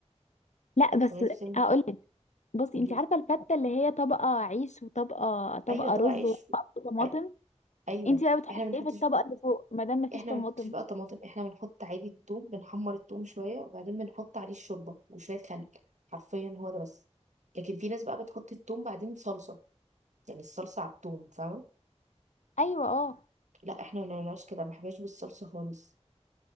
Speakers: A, on the left; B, on the right.
A: لا بس
B: ولا انت بتعملي
A: اقول لك بصي
B: قولي
A: انت عارفة
B: لي
A: الفتة اللي هي طبقة عيش وطبقة طبقة
B: ايوه طبق
A: رز
B: عيش
A: وطبقة طماطم
B: أي- ايوه
A: انت بقى بتحطي
B: احنا ما بنحطش
A: ايه في الطبقة اللي فوق ما دام مفيش
B: احنا
A: طماطم
B: ما بنحطش بقى طماطم احنا بنحط عادي التوم بنحمر التوم شويه وبعدين بنحط عليه الشوربه وشويه خل حرفيا هو ده بس لكن في ناس بقى بتحط التوم بعدين صلصه يعني الصلصه على التوم فاهمه
A: ايوه اه
B: لا احنا ما بنعملش كده ما بنحبهاش بالصلصه خالص